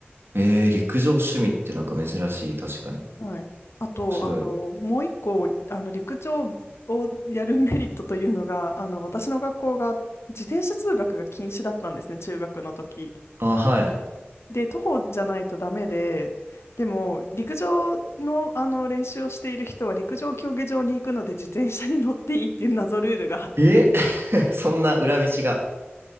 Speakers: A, on the right (about 65°); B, on the left (about 85°).
A: えー、陸上趣味ってなんか珍しい、確かに。
B: はい。あと、
A: 面白い。
B: あの、もう一個、あの、陸上をやるメリットというのが、あの、私の学校が自転車通学が禁止だったんですね、中学の時。
A: ああ、はい。
B: で、徒歩じゃないとダメで、でも、陸上の、あの練習をしている人は、陸上競技場に行くので、自転車に乗っていいっていう謎ルールがあって、
A: え <laughs> そんな裏道が。